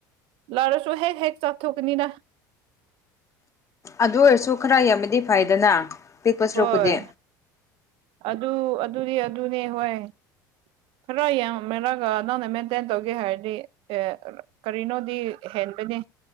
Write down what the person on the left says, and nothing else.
ꯑꯗꯨ ꯑꯣꯏꯔꯁꯨ ꯈꯔ ꯌꯥꯝꯕꯗꯤ ꯐꯩꯗꯅ ꯄꯤꯛꯄ ꯁꯔꯨꯛꯄꯨꯗꯤ